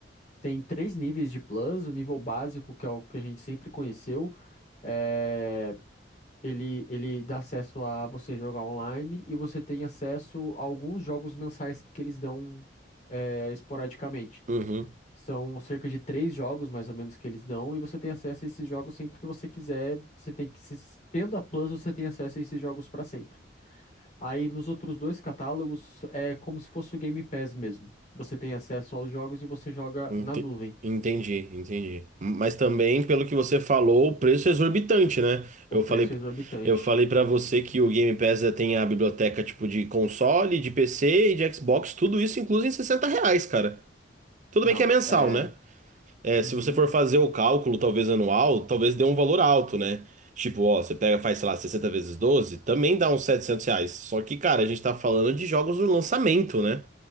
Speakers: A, on the left (about 40°); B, on the right (about 45°).
A: tem três níveis de plus, o nível básico, que é o que a gente sempre conheceu, eh, Ele, ele dá acesso a você jogar online e você tem acesso a alguns jogos mensais que eles dão é, esporadicamente.
B: Uhum.
A: São cerca de três jogos, mais ou menos, que eles dão, e você tem acesso a esses jogos sempre que você quiser. Você tem que, se- tendo a Plus, você tem acesso a esses jogos para sempre. Aí nos outros dois catálogos é como se fosse o Game Pass mesmo. Você tem acesso aos jogos e você joga
B: Ente-
A: na nuvem.
B: Entendi, entendi. Mas também, pelo que você falou, o preço é exorbitante, né?
A: O
B: Eu
A: preço
B: falei,
A: é exorbitante.
B: eu falei para você que o Game Pass já tem a biblioteca tipo de console, de PC e de Xbox, tudo isso incluso em 60 reais, cara. Tudo
A: Não,
B: bem que é mensal,
A: é.
B: né? É,
A: uhum.
B: se você for fazer o cálculo, talvez anual, talvez dê um valor alto, né? Tipo, ó, você pega, faz, sei lá, 60 vezes 12, também dá uns 700 reais. Só que, cara, a gente tá falando de jogos do lançamento, né?